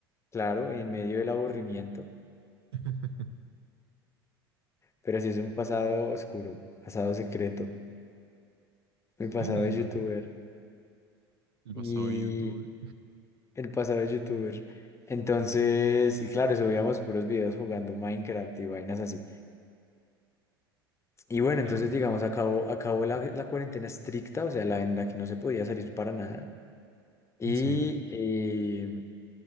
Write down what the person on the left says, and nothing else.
claro, en medio del aburrimiento,
pero sí es un pasado oscuro, pasado secreto,
mi pasado de
youtuber
y
el pasado de youtuber. Entonces, y claro, subíamos puros videos jugando Minecraft y vainas así. Y bueno, entonces,
digamos, acabó, acabó la, la cuarentena estricta, o sea, la en la que no se podía salir para nada. Y
eh,